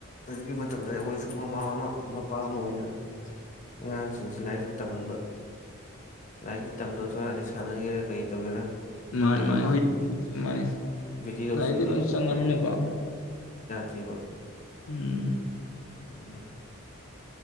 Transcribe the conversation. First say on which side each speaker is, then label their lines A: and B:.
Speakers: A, on the left; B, on the left.
A: ꯍꯧꯖꯤꯛꯀꯤ <unintelligible> ꯑꯩꯈꯣꯏꯁꯨ ꯃꯃꯥ ꯑꯃ ꯃꯄꯥ ꯑꯃ ꯑꯣꯏꯅ ꯑꯉꯥꯡꯁꯤꯡꯁꯤ ꯂꯥꯏꯔꯤꯛꯁꯨ ꯇꯝꯍꯟꯕ ꯂꯥꯏꯔꯤꯛꯁꯨ ꯇꯝꯗꯕ ꯁꯨꯡ ꯌꯥꯗꯩ ꯁꯥꯟꯅꯒꯦꯔꯥ ꯀꯔꯤ ꯇꯧꯒꯦꯔꯥ
B: ꯃꯥꯅꯤ
A: ꯍꯥꯏꯗꯤꯀꯣ
B: ꯃꯥꯅꯤ ꯍꯣꯏ ꯃꯥꯅꯤ
A: ꯕꯦꯇꯤ ꯂꯧꯁꯤꯡꯁꯤ
B: ꯂꯥꯏꯔꯤꯛꯇꯤ ꯂꯣꯏ ꯆꯪꯉꯕꯅꯤꯅꯀꯣ
A: ꯊꯦꯕ
B: ꯎꯝ
A: ꯎꯝ